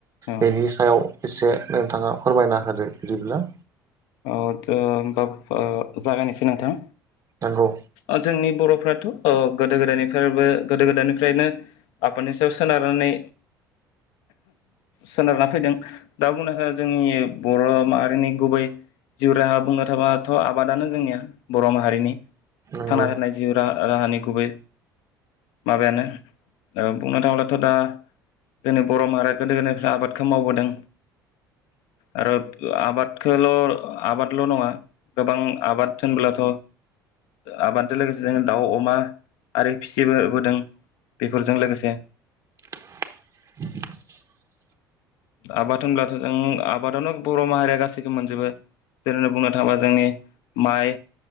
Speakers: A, on the left; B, on the right.
A: औ
B: बेनि सायाव एसे नोंथाङा फोरमायना होदो बिदिब्ला।
A: अ' थो होमबा ओ जागायनोसै नोंथां।
B: नंगौ
A: अ जोंनि बर'फ्राथ' ओ गोदो गोदायनिफ्रायबो गोदो गोदायनिफ्रायनो आबादनि सायाव सोनारनानै सोनारना फैदों, दा बुंनो ओ जोंनि बर' माहारिनि गुबै जिउ राहा बुंनो थाबाथ' आबादानो जोंनिया बर' माहारिनि
B: नंगौ
A: थांना थानाय जिउ राहा। राहानि गुबै माबायानो ओ बुंनो थाङोब्लाथ' दा जोंनि बर' माहारिया गोदो गोदायनिफ्राय आबादखो मावबोदों आरो आबादखोल' आबादल' नङा गोबां आबाद होनब्लाथ' आबादजों लोगोसे जों दाउ अमा आरो फिसिबो बोदों बेफोरजों लोगोसे
B: <inaudible>
A: आबाद होनब्लाथ' जों आबादावनो बर' माहारिया गासैखौ मोनजोबो। जेरैनो बुंनो थाङोबा जोंनि माइ